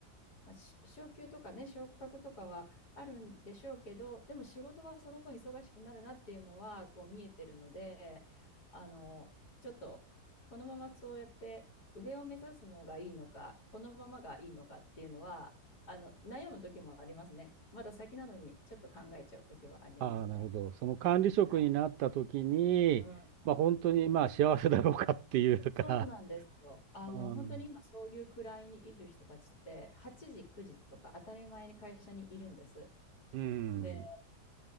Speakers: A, on the left; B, on the right.
A: まあ、昇給とかね、昇格とかはあるんでしょうけど、でも仕事はその分忙しくなるなっていうのはこう見えてるので、あの、ちょっとこのままそうやって上を目指すのがいいのか、このままがいいのかっていうのは、あの、悩む時もありますね。まだ先なのにちょっと考えちゃう時はありますね。
B: ああ、なるほど。その管理職になった時に、
A: あうんうん、
B: まあ本当にまあ幸せだろうかっていうか、
A: そうなんですよ。あの、
B: うん。
A: 本当に今そういう位にいる人たちって、8時、9時とか当たり前に会社にいるんです。
B: うん。
A: で